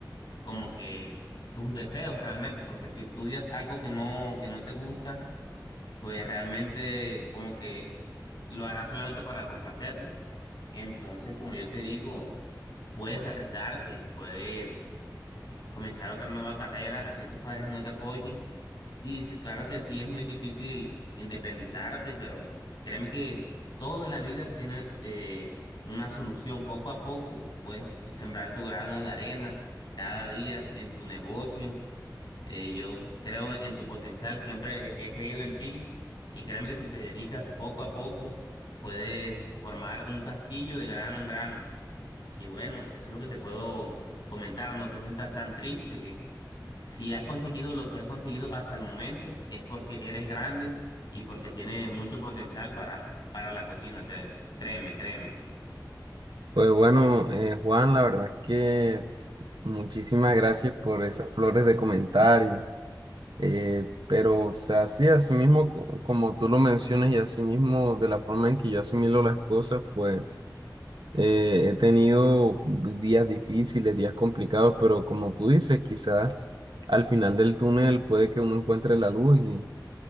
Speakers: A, on the left; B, on the right.
A: como que tus deseos realmente, porque si estudias algo que no, que no te gusta, pues realmente como que lo harás solamente para complacerlos. Entonces, como yo te digo, puedes arriesgarte, puedes comenzar otra nueva carrera, así tus padres no te apoyen y sí, claro que sí, es muy difícil independizarte, pero créeme que todo en la vida tiene eh, una solución. Poco a poco puedes sembrar tu grano de arena cada día en tu negocio. Eh, yo creo en tu potencial, siempre he, he creído en ti y créeme que si te dedicas poco a poco, puedes formar un castillo de grano en grano. Y bueno, eso es lo que te puedo comentar, no te sientas tan triste si has conseguido lo que has conseguido hasta el momento, es porque eres grande y porque tienes mucho potencial para, para la cocina. te- créeme, créeme.
B: Pues bueno, eh, Juan, la verdad es que muchísimas gracias por esas flores de comentario. Eh, pero, o sea, sí, así mismo, co- como tú lo mencionas y así mismo de la forma en que yo asumí las cosas, pues eh, he tenido días difíciles, días complicados, pero como tú dices, quizás al final del túnel puede que uno encuentre la luz y